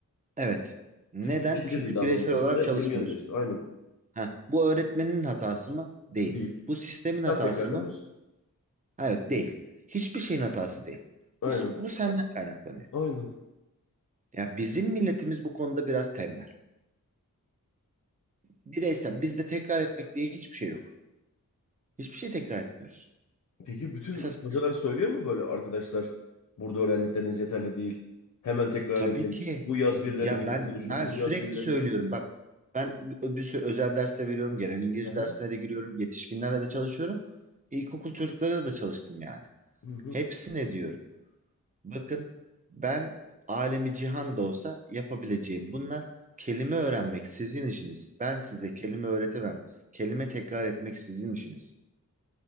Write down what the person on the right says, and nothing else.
Evet. Neden?
Çünkü
bireysel
olarak
çalışmıyorsun.
Heh, bu öğretmenin hatası mı? Değil.
Bu sistemin hatası
mı? Evet değil. Hiçbir şeyin hatası değil.
Bu, bu senden kaynaklanıyor.
Ya bizim milletimiz bu konuda biraz tembel. Bireysel bizde tekrar etmek diye hiçbir şey yok. Hiçbir şey tekrar etmiyoruz.
Mesela
biz-
tabii
ki
ya
ben
ben sürekli
söylüyorum
bak ben bir sürü özel derste veriyorum. Genel İngilizce
dersine de giriyorum. Yetişkinlerle de çalışıyorum. İlkokul çocuklarıyla da çalıştım yani.
Hepsine diyorum. Bakın ben alemi cihan da olsa yapabileceğim. Bunlar kelime öğrenmek sizin işiniz. Ben size kelime öğretemem. Kelime tekrar etmek sizin işiniz.